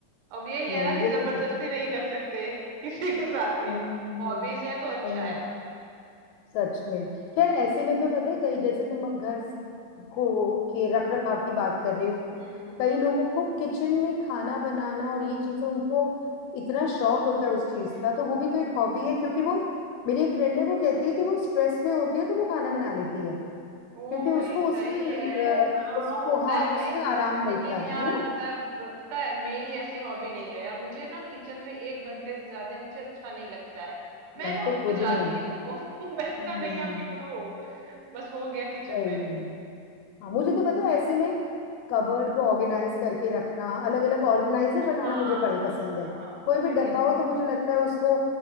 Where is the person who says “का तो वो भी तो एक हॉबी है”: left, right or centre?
Left